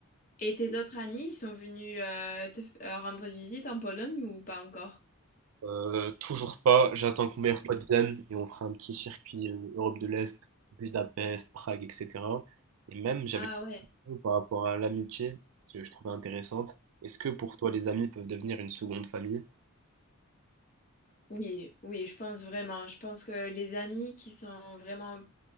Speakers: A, on the left (about 35°); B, on the right (about 70°).
A: Et tes autres amis, ils sont venus euh, te f- euh, rendre visite en Pologne ou pas encore?
B: Euh, toujours pas. J'attends que mon meilleur pote vienne et on fera un petit circuit euh, Europe de l'Est, Budapest, Prague, etc. Et même, j'avais
A: Ah
B: une
A: ouais.
B: question par rapport à l'amitié que je trouvais intéressante. Est-ce que pour toi, les amis peuvent devenir une seconde famille?
A: Oui, oui, je pense vraiment. Je pense que les amis qui sont vraiment